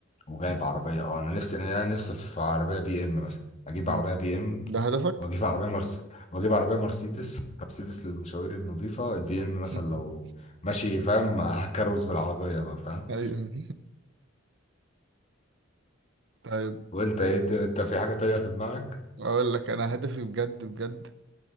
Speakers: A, on the left; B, on the right.
A: وجايب
B: <laughs>
A: عربية اه انا نفسي انا أنا نفسي في عربية بي ام مثلا اجيب
B: مم.
A: عربية بي ام
B: ده هدفك؟
A: واجيب عربية مرس واجيب عربية مرسيدس مرسيدس للمشاوير النظيفة البي ام
B: <laughs>
A: مثلا لو ماشي فاهم <laughs> هكروز بالعربية بقى فاهم
B: أيوة. طيب
A: وانت ايه الد- انت في حاجة تانية في دماغك؟
B: اقول لك انا هدفي بجد بجد